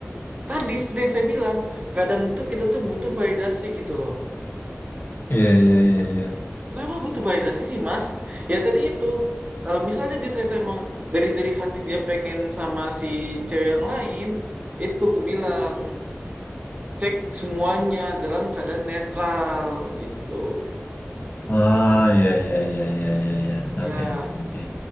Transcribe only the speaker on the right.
Tadi seperti yang saya bilang, kadang itu kita tuh butuh validasi gitu loh.
Kenapa butuh validasi sih, Mas? Ya tadi itu, eh, misalnya dia ternyata emang dari dari hati dia pengen sama si cewek yang lain, itu aku bilang cek semuanya dalam keadaan netral gitu.
Ya,